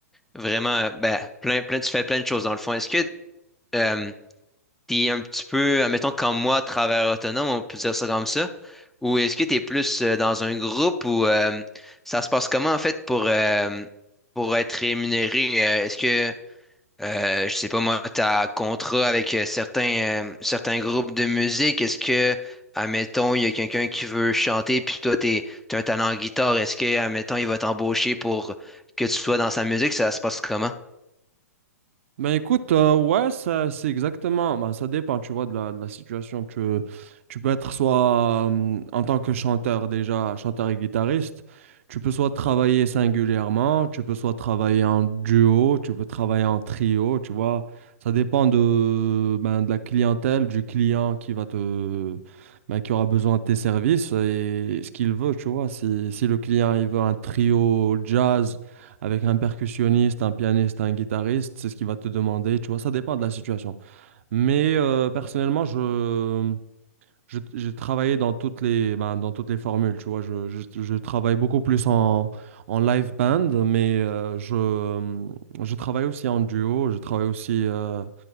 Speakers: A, in the centre; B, on the right (about 55°).
A: vraiment, euh, ben, plein, plein, tu fais plein de choses dans le fond. Est-ce que euh, t'es un petit peu, admettons, comme moi, travailleur autonome, on peut dire ça comme ça, ou est-ce que t'es plus euh, dans un groupe ou euh, ça se passe comment en fait pour, euh, pour être rémunéré? Euh, est-ce que Euh, je sais pas moi, t'as contrat avec euh, certains, euh, certains groupes de musique. Est-ce que, admettons, il y a quelqu'un qui veut chanter, puis toi, t'es, t'as un talent en guitare. Est-ce que, admettons, il va t'embaucher pour que tu sois dans sa musique? Ça se passe comment?
B: Ben écoute, euh, ouais, ça c'est exactement, ben, ça dépend, tu vois, de la, de la situation. Tu, tu peux être soit euh, en tant que chanteur déjà, chanteur et guitariste, tu peux soit travailler singulièrement, tu peux soit travailler en duo, tu peux travailler en trio, tu vois. Ça dépend de, ben, de la clientèle, du client qui va te, ben, qui aura besoin de tes services et ce qu'il veut, tu vois. Si, si le client il veut un trio jazz, avec un percussionniste, un pianiste, un guitariste, c'est ce qu'il va te demander, tu vois, ça dépend de la situation. Mais euh, personnellement, je, je- j'ai travaillé dans toutes les, ben, dans toutes les formules, tu vois, je, je, je travaille beaucoup plus en, en live band, mais euh, je, je travaille aussi en duo, je travaille aussi euh,